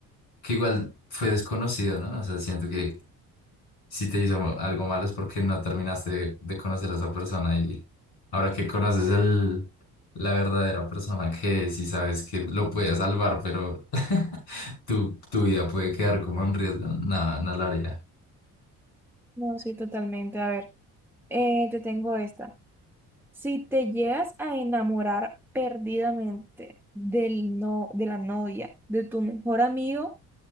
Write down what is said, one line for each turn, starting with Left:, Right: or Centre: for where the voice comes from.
Left: que igual fue desconocido, ¿no? O sea, siento que Si te hizo algo malo es porque no terminaste de, de conocer a esa persona y ahora que conoces el, la verdadera persona que si sabes que lo puede salvar, pero <laughs> tu, tu vida puede quedar como en riesgo, nada, no lo haría.
Centre: No, sí, totalmente. A ver, eh, te tengo esta. Si te llegas a enamorar perdidamente del no, de la novia, de tu mejor amigo,